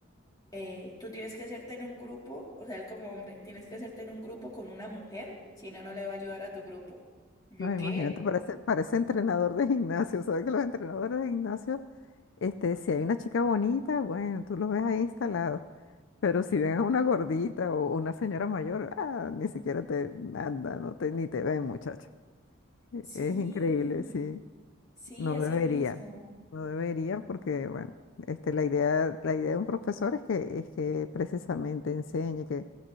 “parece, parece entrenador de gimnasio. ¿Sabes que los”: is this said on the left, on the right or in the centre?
Left